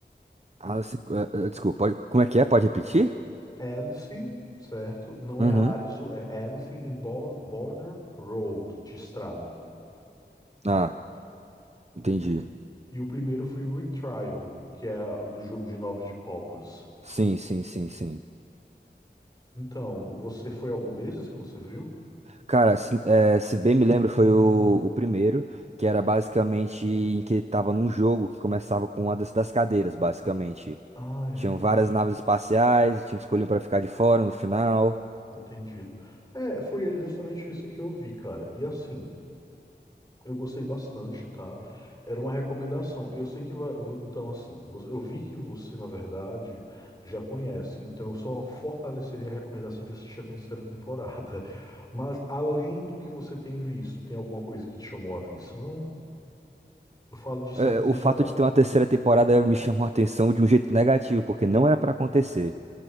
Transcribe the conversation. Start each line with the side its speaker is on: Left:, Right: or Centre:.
Right: Ah, se- eh, eh, desculpa, pode- como é que é? Pode repetir?
Left: Alice, certo? Não
Right: Uhum.
Left: é Arizo, é Alice in Bo- Border Road, de estrada.
Right: Ah, entendi.
Left: E o primeiro foi o Retrial, que é do jogo de nove de copas.
Right: Sim, sim, sim, sim.
Left: Então, você foi algum desses que você viu?
Right: Cara, se, eh, se bem me lembro, foi o, o primeiro, que era basicamente em que tava num jogo que começava com uma das, das cadeiras, basicamente.
Left: Ah, é.
Right: Tinham várias naves espaciais, tinha que escolher um pra ficar de fora no final.
Left: Entendido. É, foi justamente isso que eu vi, cara. E assim, eu gostei bastante, tá? Era uma recomendação. Eu sei que vai. vo- Então, assim, vo- eu vi que você, na verdade, já conhece. Então, eu só fortaleceria a recomendação de assistir a terceira temporada. <laughs> Mas, além do que você tem visto, tem alguma coisa que te chamou a atenção? Eu falo de séries
Right: Eh, o
Left: em
Right: fato
Left: geral.
Right: de ter uma terceira temporada me chamou a atenção de um jeito negativo, porque não era pra acontecer.